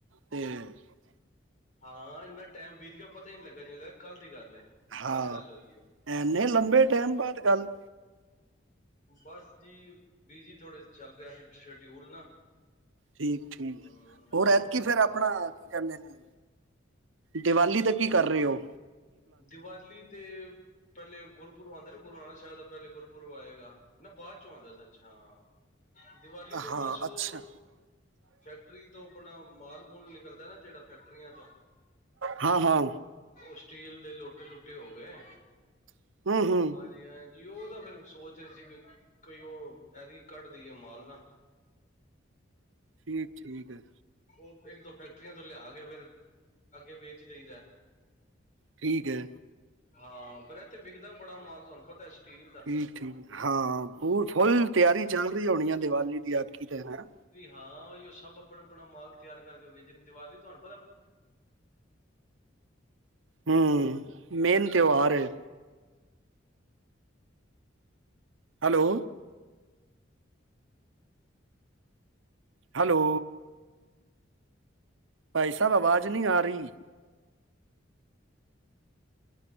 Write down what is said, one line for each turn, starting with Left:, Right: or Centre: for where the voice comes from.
Right: <unintelligible>
Left: ਹਾਂ, ਇੰਨਾ ਟਾਈਮ ਬੀਤ ਗਿਆ ਪਤਾ ਈ ਨੀ ਲੱਗਾ ਜਿਵੇਂ ਲੱ ਕੱਲ੍ਹ ਦੀ ਗੱਲ ਏ।
Right: ਹਾਂ,
Left: ਕੱਲ ਗੱਲ ਹੋਈ ਹੈ
Right: ਐਨੇ ਲੰਬੇ ਟੈਮ ਬਾਦ ਗੱਲ।
Left: ਬਸ ਜੀ ਬਿਜੀ ਥੋੜੇ ਚੱਲ ਰਿਆ ਸੀ ਸ਼ਡਿਊਲ ਨਾ।
Right: ਠੀਕ-ਠੀਕ
Left: ਹਮ ਹਾਂ
Right: ਹੋਰ ਐਤਕੀ ਫੇਰ ਆਪਣਾ ਕਹਿੰਦੇ ਨੇ ਦੀਵਾਲੀ ਤੇ ਕੀ ਕਰ ਰੇ ਔ।
Left: ਦੀਵਾਲੀ ਦੇ ਪਹਿਲੇ ਗੁਰੁ ਪੁਰ ਆਦੇ ਨੇ ਗੁਰੂ ਨਾਨਕ ਸਾਹਿਬ ਦਾ ਪਹਿਲੇ ਗੁਰਪੁਰਬ ਆਏਗਾ ਨਾ ਬਾਅਦ ਚੋਂ ਆਦਾ ਸੱਚ ਹਾਂ। ਦੀਵਾਲੀ ਤੇ
Right: ਹਾਂ
Left: ਬਸ ਉਹ
Right: ਅੱਛਾ
Left: ਫੈਕਟਰੀ ਤੋਂ ਆਪਣਾ ਮਾਲ ਮੂਲ ਨਿਕਲਦਾ ਨਾ ਜਿਹੜਾ ਫੈਕਟਰੀਆਂ ਤੋਂ
Right: ਹਾਂ ਹਾਂ
Left: ਉਹ ਸਟੀਲ ਦੇ ਲੋਟੇ ਲੁਟੇ ਹੋ ਗਏ।
Right: ਹਮ ਹਮ
Left: ਹਾਂਜੀ ਹਾਂਜੀ ਉਹ ਤਾਂ ਫੇਰ ਸੋਚ ਸੀ ਕੋਈ ਕੋਈ ਉਹ ਇਹਦੀ ਕੱਢਦੀਈ ਆ ਮਾਲ ਨਾ
Right: ਠੀਕ ਠੀਕ ਹੈ।
Left: ਉਹ ਇੱਕ ਦੋ ਫੈਕਟਰੀਆਂ ਤੋਂ ਲਿਆ ਕੇ ਫੇਰ ਅੱਗੇ ਵੇਚ ਦੇਈਦਾ ਏ।
Right: ਠੀਕ ਹੈ।
Left: ਹਾਂ ਪਰ ਇੱਥੇ ਵਿਕਦਾ ਬੜਾ ਮਾਲ ਤੁਹਾਨੂੰ ਪਤਾ ਸਟੀਲ ਦਾ।
Right: ਠੀਕ ਠੀਕ ਹਾਂ ਉਹ ਫੁੱਲ ਤਿਆਰੀ ਚ ਹੋਣੀ ਆ ਦੀਵਾਲੀ ਯਾਦ ਕੀ ਰਹਿਣਾ
Left: ਉਹੀ ਸਭ ਆਪਣਾ ਆਪਣਾ ਮਾਲ ਤਿਆਰ ਕਰਕੇ ਵੇਖ ਜਾ ਦੀਵਾਲੀ ਤੁਹਾਨੂੰ ਪਤਾ
Right: ਹੂੰ ਮੇਨ ਤਿਉਹਾਰ ਹੈ। ਹੈਲੋ ਹੈਲੋ ਭਾਈ ਸਭ ਆਵਾਜ਼ ਨਹੀਂ ਆ ਰਹੀ।